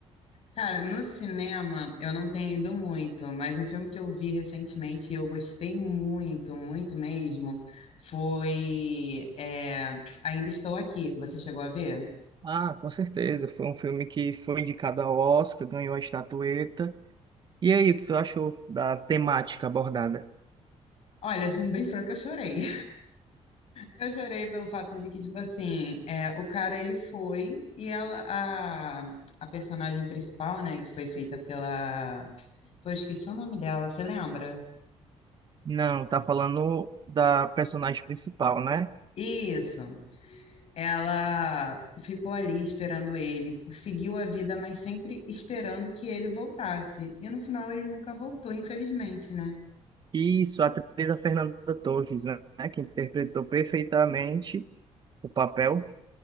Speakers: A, on the left; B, on the right.
A: Cara, no cinema eu não tenho ido muito, mas um filme que eu vi recentemente e eu gostei muito, muito mesmo, foi é, Ainda Estou Aqui. Você chegou a ver?
B: Ah, com certeza, foi um filme que foi indicado ao Oscar, ganhou a estatueta. E aí, o que tu achou da temática abordada?
A: Olha, sendo bem franca, eu chorei. Eu chorei pelo fato de que, tipo assim, é, o cara ele foi e ela, a, a personagem principal, né, que foi feita pela. Pô, eu esqueci o nome dela, você lembra?
B: Não, tá falando da personagem principal, né?
A: Isso. Ela ficou ali esperando ele, seguiu a vida, mas sempre esperando que ele voltasse. E no final ele nunca voltou, infelizmente, né?
B: Isso, a atriz a Fernanda Torres, né? Que interpretou perfeitamente o papel.